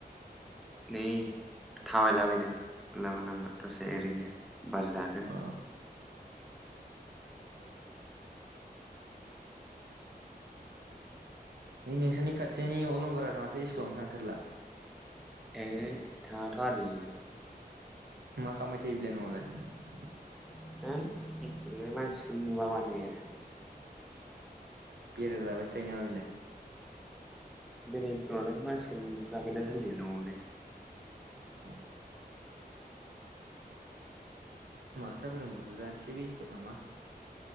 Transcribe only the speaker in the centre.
नै थाबायलाबायदों लामा लामा दसे एरैनो बार जादों
ओइ थाङाथ' आरो इयो।
<inaudible> जानो मिथिया मानसिखौ नुवा माथो।
बेरायो खोमा दां मानसिखौनो नुथाराखै दा सान्दि न'आवनो।